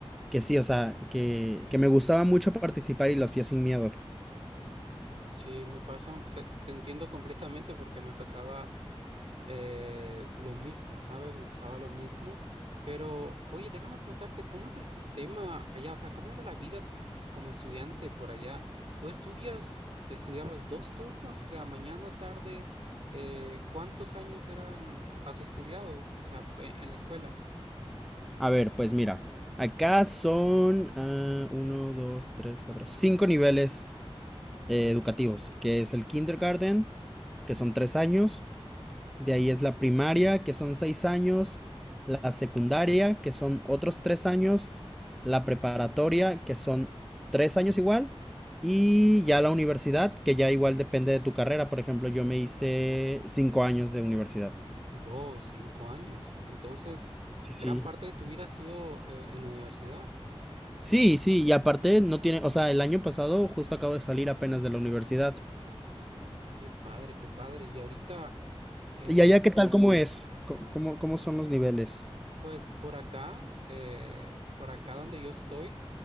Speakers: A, in the centre; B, on the right.
A: que sí, o sea, que, que me gustaba mucho participar y lo hacía sin miedo.
B: Sí, me pasó, te, te entiendo completamente porque me pasaba eh, lo mismo, ¿sabes? Me pasaba lo mismo. Pero, oye, déjame preguntarte, ¿cómo es el sistema allá? O sea, ¿cómo era la vida como estudiante por allá? ¿Tú estudias, te estudiabas dos turnos? O sea, mañana, tarde, eh, ¿cuántos años eran, has estudiado? O sea, pe- en la escuela.
A: A ver, pues mira, acá son ah, uno, dos, tres, cuatro, cinco niveles eh, educativos, que es el kindergarten, que son tres años, De ahí es la primaria, que son seis años, la secundaria, que son otros tres años, la preparatoria, que son tres años igual, y ya la universidad, que ya igual depende de tu carrera. Por ejemplo, yo me hice cinco años de universidad.
B: Wow, cinco años. Entonces,
A: Sí, sí.
B: gran parte de tu vida ha sido eh, en la universidad.
A: Sí, sí, sí, y aparte no tiene, o sea, el año pasado justo acabo de salir apenas de la universidad.
B: Qué padre, qué padre. Y ahorita, Sí. em,
A: ¿Y allá qué tal? ¿Cómo es? Co- ¿Cómo, cómo son los niveles?
B: pues por acá, eh, por acá donde yo estoy,